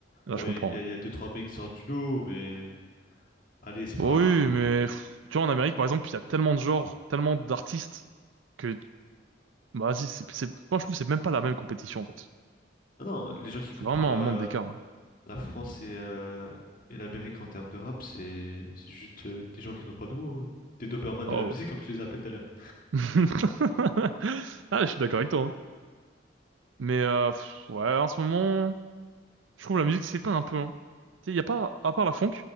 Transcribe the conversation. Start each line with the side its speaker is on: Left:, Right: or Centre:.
Right: Là
Left: Bon,
Right: je
Left: il
Right: comprends.
Left: y a, il y
Right: ouais.
Left: a- il y a deux, trois mecs qui sortent du lot, mais allez, c'est
Right: Bon
Left: pas...
Right: oui, mais pff, tu vois en Amérique par exemple, il y a tellement de genres, tellement d'artistes que Bah, vas-y, c'est, c'est- moi, je trouve que c'est même pas la même compétition, en fait.
Left: Ah non, les gens qui comparent
Right: C'est vraiment
Left: euh,
Right: un monde d'écart. hein.
Left: la France et, euh, et l'Amérique en termes de rap, c'est c'est juste euh, des gens qui n'ont pas de goût, hein. Des Dobermans
Right: Oh.
Left: de la musique, comme tu les as appelés tout à l'heure.
Right: <laughs> Ah, je suis d'accord avec toi. hein. Mais, euh, pff, ouais, en ce moment, je trouve la musique s'éteint un peu. Hein. Tu sais, il y a pas, à part la funk,